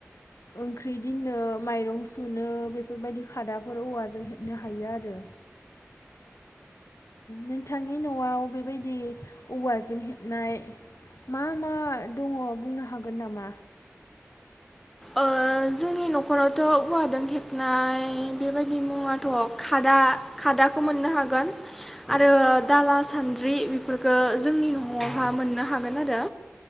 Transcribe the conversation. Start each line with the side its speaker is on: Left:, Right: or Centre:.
Left: ओंख्रि दिननो माइरं सुनो बेफोरबायदि खादाफोर औवाजों हेबनो हायो आरो। नोंथांनि न'आव बेबायदि औवाजों हेबनाय मा मा दङ बुंनो हागोन नामा?
Centre: ओ जोंनि नखरावथ' उवादों हेबनाय बेबायदि मुवाथ' खादा खादाखौ मोननो हागोन आरो दाला सान्द्रि बेफोरफोरखो जोंनि न'आवहा मोननो हागोन आरो।